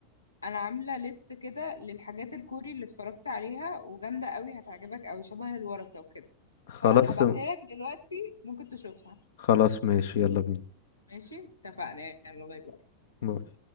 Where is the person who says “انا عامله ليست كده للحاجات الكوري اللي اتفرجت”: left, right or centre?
Left